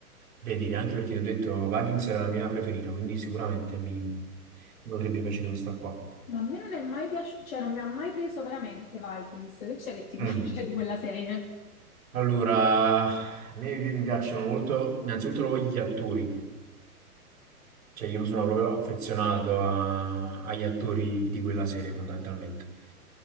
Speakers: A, on the right; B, on the left.
A: vedere anche perché ti ho detto Vikings era la mia preferita, quindi sicuramente mi, mi potrebbe piacere questa qua.
B: Ma a me non è mai piaciuto, cioè non mi ha mai preso veramente Vikings. Che c'è che ti piace
A: Mm.
B: di quella serie?
A: Allora, a me mi piacciono molto innanzitutto gli attori, Cioè, io mi sono proprio affezionato a- agli attori di quella serie, fondamentalmente.